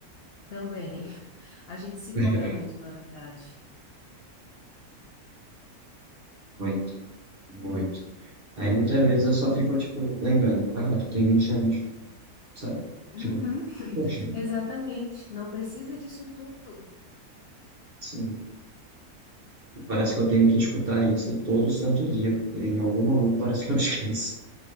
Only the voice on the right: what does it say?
<laughs>
Muito, muito. Aí muitas vezes eu só fico, tipo, lembrando, cara, tu tem 20 anos, sabe?
Tipo,
poxa,
assim, parece que eu tenho que escutar isso todo santo dia, porque em algum momento parece que eu <laughs> esqueço.